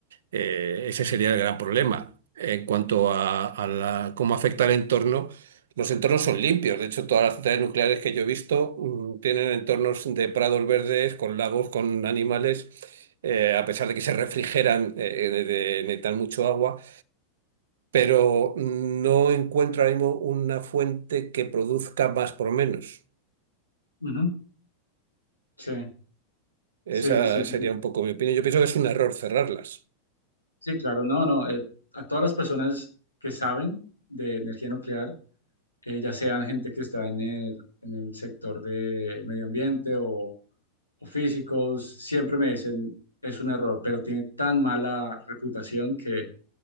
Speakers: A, on the right; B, on the left.
A: Eh, ese sería el gran problema. En cuanto a, a la- cómo afecta el entorno, los entornos son limpios. De hecho, todas las centrales nucleares que yo he visto mm, tienen entornos de prados verdes, con lagos, con animales, eh, a pesar de que se refrigeran, eh, de, de necesitar mucho agua. Pero mm, no encuentro ahora mismo una fuente que produzca más por menos.
B: Ujú. Sí, sí,
A: Esa
B: sí, sí.
A: sería un poco mi opinión. Yo pienso que es un error cerrarlas.
B: Sí, claro, no, no. eh, a todas las personas que saben de energía nuclear, eh, ya sean gente que está en el, en el sector de medio ambiente o, o físicos, siempre me dicen es un error, pero tiene tan mala reputación que